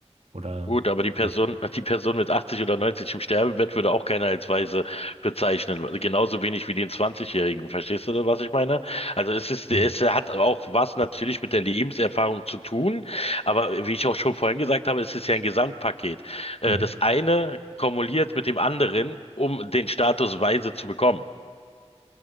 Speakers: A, on the right; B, on the left.
A: Oder
B: Gut, aber die Person,
A: nicht?
B: die Person mit 80 oder 90 im Sterbebett würde auch keiner als weise bezeichnen. Genauso wenig wie den 20-Jährigen. Verstehst du, was ich meine? Also es ist,
A: Hm.
B: es hat auch was natürlich mit der Lebenserfahrung zu tun. Aber wie ich auch schon vorhin gesagt habe, es ist ja ein Gesamtpaket. Äh,
A: Mhm.
B: Das eine kumuliert mit dem anderen, um den Status weise zu bekommen.